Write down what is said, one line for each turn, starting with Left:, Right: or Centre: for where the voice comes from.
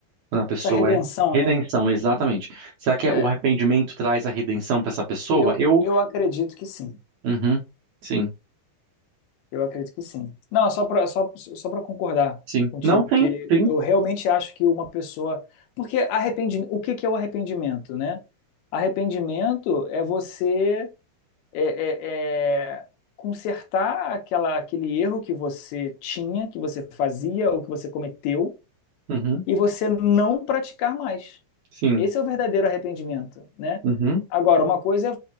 Right: Quando a pessoa
Left: Essa redenção,
Right: é... Redenção,
Left: né?
Right: exatamente. Será que
Left: É,
Right: é o arrependimento traz a redenção para essa pessoa?
Left: eu,
Right: Eu
Left: eu acredito que sim.
Right: Uhum. Sim,
Left: Eu acredito que sim. Não, só para só, só para concordar
Right: sim.
Left: contigo,
Right: Não, sim,
Left: que
Right: sim.
Left: eu realmente acho que uma pessoa. Porque arrependimento, o que que é o arrependimento, né? Arrependimento é você é, é, é, consertar aquela, aquele erro que você tinha, que você fazia ou que você cometeu,
Right: Uhum.
Left: e você não praticar mais.
Right: Sim.
Left: Esse é o verdadeiro arrependimento, né?
Right: Uhum.
Left: Agora, uma coisa